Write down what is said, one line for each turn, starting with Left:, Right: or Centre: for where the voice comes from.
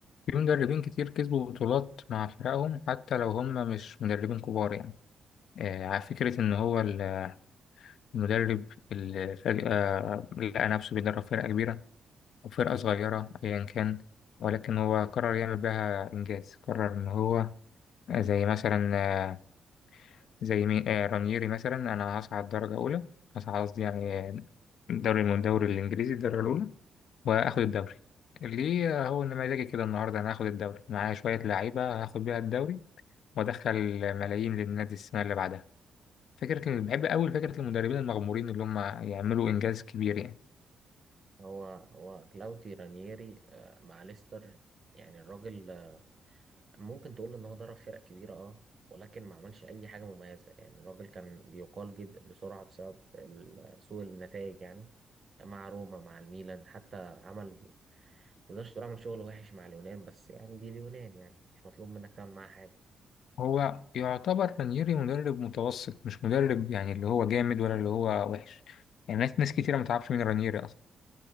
Left: في مدربين كتير كسبوا بطولات مع فرقهم حتى لو هم مش مدربين كبار يعني آه، على فكرة إن هو ال- المدرب اللي فجأة آه، لقى نفسه بيدرب فرقة كبيرة أو فرقة صغيرة أيا كان ولكن هو قرر يعمل بها إنجاز قرر إن هو آه، زي مثلا آه، زي مي- آه، رانييري مثلا أنا هصعد درجة أولى هصعد قصدي يعني آه، دوري من الدوري الإنجليزي الدرجة الأولى وآخد الدوري ليه آه، هو إن مزاجي كده النهاردة أنا هاخد الدوري معايا شوية لعيبة هاخد بيها الدوري وادخل ملايين للنادي السنه اللي بعدها فكره ال- بحب قوي فكره المدربين المغمورين اللي هم يعملوا انجاز كبير يعني
Right: هو هو كلاوتي رانييري آه، مع ليستر يعني الراجل آه، ممكن تقول ان هو درب فرق كبيره اه ولكن ما عملش اي حاجه مميزه يعني الراجل كان بيقال جدا بسرعه بسبب ال- سوء النتائج يعني مع روما مع الميلان حتى عمل تقدرش تقول عمل شغل وحش مع اليونان بس يعني دي اليونان يعني مش مطلوب منك تعمل معاها حاجه
Left: هو يعتبر رانييري مدرب متوسط مش مدرب يعني اللي هو جامد ولا اللي هو وحش يعني ناس ناس كتيره ما تعرفش مين رانييري اصلا